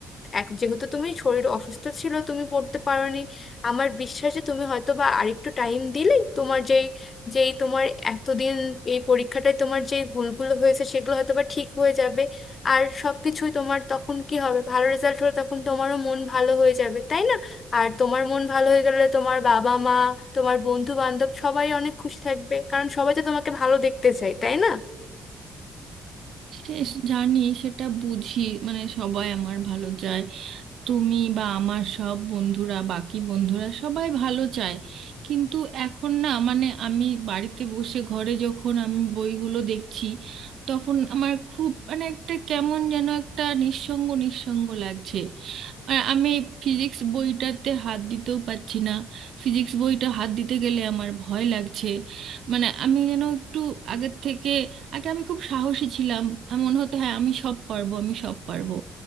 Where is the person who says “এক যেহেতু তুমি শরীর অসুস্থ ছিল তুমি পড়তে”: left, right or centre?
Left